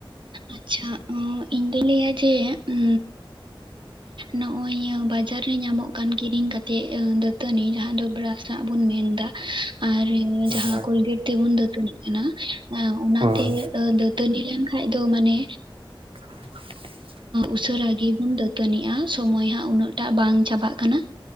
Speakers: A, on the right; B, on the right.
A: ᱟᱪᱪᱷᱟ ᱤᱧᱫᱩᱧ ᱞᱟᱹᱭᱟ ᱡᱮ ᱩ ᱱᱚᱜᱼᱚᱭ ᱤᱭᱟᱹ ᱵᱟᱡᱟᱨ ᱨᱮ ᱧᱟᱢᱚᱜ ᱠᱟᱱ ᱠᱤᱨᱤᱧ ᱠᱟᱛᱮᱜ ᱫᱟᱹᱛᱟᱹᱱᱤ ᱡᱟᱦᱟᱸ ᱫᱚ ᱵᱨᱟᱥᱼᱼ ᱥᱟᱜ ᱵᱚᱱ ᱢᱮᱱ ᱫᱟ ᱟᱨ
B: ᱦᱳᱭ
A: ᱡᱟᱦᱟᱸ ᱠᱳᱞᱜᱮᱴ ᱛᱮᱵᱚᱱ ᱫᱟᱹᱛᱟᱹᱱᱤᱜ ᱠᱟᱱᱟ ᱚᱱᱟᱛᱮᱼᱼ
B: ᱦᱳᱭ
A: ᱫᱟᱹᱛᱟᱹᱱᱤ ᱞᱮᱱᱠᱷᱟᱡ ᱫᱚ ᱢᱟᱱᱮ
B: <unintelligible>
A: ᱩᱥᱟᱹᱨᱟ ᱜᱤ ᱵᱩᱱ ᱫᱟᱹᱛᱟᱹᱱᱤᱜᱼᱟ᱾ ᱥᱚᱢᱚᱭ ᱦᱟᱸᱜ ᱩᱱᱟᱹᱜ ᱴᱟᱜ ᱵᱟᱝ ᱪᱟᱵᱟᱜ ᱠᱟᱱᱟ